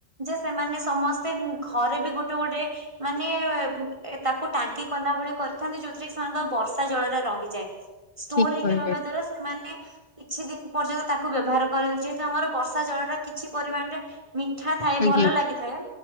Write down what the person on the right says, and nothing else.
ଯେ ସେମାନେ ସମସ୍ତେ ଉଁ ଘରେ ବି ଗୋଟେ ଗୋଟେ ମାନେ ଉଁ ଏ ତାକୁ ଟାଙ୍କି କଲା ଭଳି କରିଥାନ୍ତି ଯୋଉଥିରେ ସେମାନଙ୍କ ବର୍ଷା ଜଳଟା ରହିଯାଏ। ଷ୍ଟୋର୍
ହେଇକି
ରହିବା ଦ୍ଵାରା ସେମାନେ କିଛି ଦିନ ପର୍ଯ୍ୟନ୍ତ ତାକୁ ବ୍ୟବହାର କରଚି ତାଙ୍କର ବର୍ଷା ଜଳଟା କିଛି ପରିମାଣରେ ମିଠା ଥାଏ
ଭଲ ଲାଗିଥାଏ